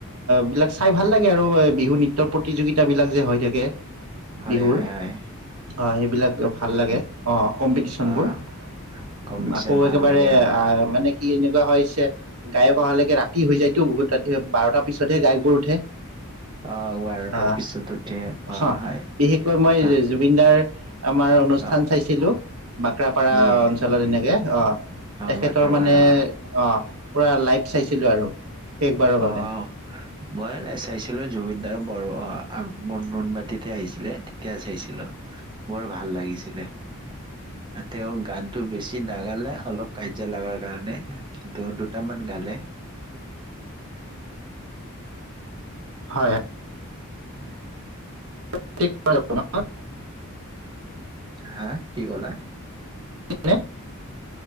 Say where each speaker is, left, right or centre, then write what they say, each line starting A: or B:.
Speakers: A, on the right; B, on the right.
A: বিলাক চাই ভাল লাগে আৰু বিহু নৃত্য প্ৰতিযোগিতা বিলাক যে হৈ থাকে
B: হয়,
A: বিহুৰ
B: হয়,
A: অ
B: হয়।
A: সেইবিলাক ভাল লাগে অ কি আকৌ
B: অ', কম্পিটিচন
A: একেবাৰে
B: ভাল লাগে অ',
A: মানে কি এনেকুৱা হৈছে গা অহালৈকে ৰাতি হৈ যায়টো বহুত ৰাতি বাৰটা পিছতহে গায়কবোৰ উঠে
B: অ', বাৰটাৰ
A: অ
B: পিছত উঠে
A: অ
B: হয়।
A: বিশেষকৈ মই
B: আহ,
A: জুবিনদাৰ আমাৰ অনুষ্ঠান
B: আহ,
A: চাইছিলো বাক্ৰাপাৰা
B: জুবিন
A: অঞ্চলত এনেকৈ অ
B: অ',
A: তেখেতৰ
B: বাক্ৰাবাৰ
A: মানে
B: অ',
A: অ পূৰা লাইভ চাইছিলোঁ আৰু শেষবাৰৰ বাবে
B: অ মই চাইছিলো জুবিনদাৰ বাৰু অ ম নোনমাটিতে আহিছিলে তেতিয়া চাইছিলো বৰ ভাল লাগিছিলে তেওঁ গানটো বেছি নাগালে অলপ কাজিয়া লগাৰ কাৰণে কিন্তু দুটামান গালে
A: হয় হয়
B: <inaudible>
A: <unintelligible>
B: হা কি ক'লা
A: নে?